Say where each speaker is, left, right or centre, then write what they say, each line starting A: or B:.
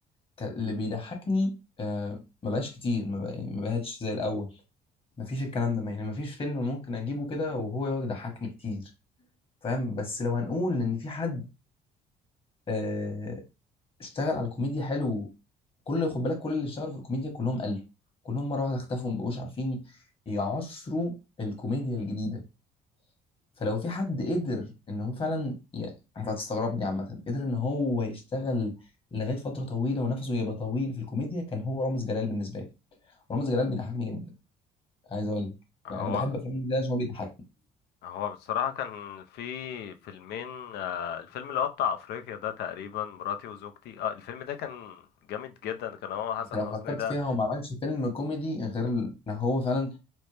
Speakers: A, on the left; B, on the left.
A: ك- اللي بيضحكني آه، ما بقاش كتير ما بقى يعني ما بقاش زي الاول ما فيش الكلام ده يعني ما فيش فيلم ممكن اجيبه كده وهو يقعد يضحكني كتير فاهم بس لو هنقول ان في حد آه، اشتغل على الكوميديا حلو كل خد بالك كل اللي اشتغلوا في الكوميديا كلهم قالوا كلهم مره واحده اختفوا ما بقوش عارفين يعصروا الكوميديا الجديده فلو في حد قدر ان هو فعلا يعني انت هتستغربني عامه قدر ان هو يشتغل لغايه فتره طويله ونفسه يبقى طويل في الكوميديا كان هو رامز جلال بالنسبه لي رامز جلال بيضحكني جدا عايز اقول لك
B: هو
A: يعني انا بحب افلام رامز جلال عشان هو بيضحكني
B: هو بصراحة كان في فيلمين آه، الفيلم اللي هو بتاع أفريقيا ده تقريبا مراتي وزوجتي اه الفيلم ده كان جامد جدا كان هو حسن
A: انت لو
B: حسني
A: فكرت
B: ده
A: فيها هو ما عملش فيلم كوميدي غير ال- لو هو فعلا